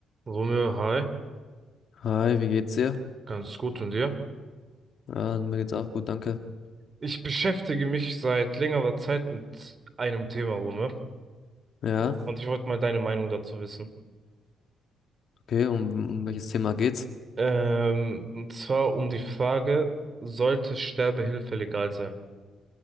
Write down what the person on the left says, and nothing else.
Hi, wie geht's dir?
Ja, mir geht's auch gut, danke.
Ja,
okay, um, um welches Thema geht's?